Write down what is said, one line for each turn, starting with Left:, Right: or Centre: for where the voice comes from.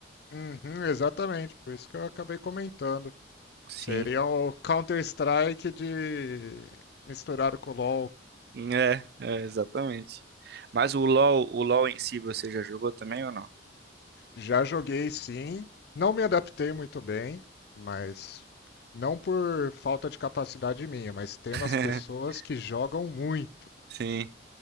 Left: Uhum, exatamente, por isso que eu acabei comentando.
Right: sim.
Left: Seria o Counter-Strike de misturado com o LoL.
Right: É, é, exatamente. Mas o LoL, o LoL em si você já jogou também ou não?
Left: Já joguei sim. Não me adaptei muito bem, mas não por falta de capacidade minha, mas tem
Right: <laughs>
Left: umas pessoas que jogam muito.
Right: Sim.